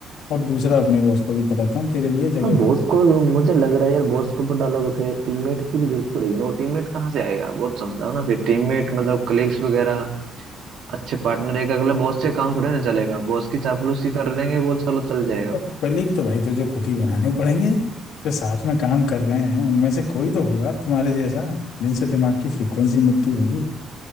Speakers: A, on the left; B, on the right.
A: और दूसरा अपने बॉस को भी पटाता हूँ तेरे लिए जगह
B: हाँ
A: बनाता
B: बॉस को
A: हूँ
B: मुझे लग रहा है यार बॉस के ऊपर डालोगे फिर एक टीममेट की भी जरूरत पड़ेगी ना वो टीममेट कहाँ से आएगा बहुत समझाओ ना फिर टीममेट मतलब कलीग्स वगैरह अच्छे पार्टनर एक अगले बॉस से काम थोड़े ना चलेगा बॉस की चापलूसी कर लेंगे वो चलो चल जाएगा
A: और कलीग तो भाई तुझे खुद ही बनाने पड़ेंगे जो साथ में काम कर रहे हैं उनमें से कोई तो होगा तुम्हारे जैसा जिनसे दिमाग की फ्रीक्वेंसी मिलती होगी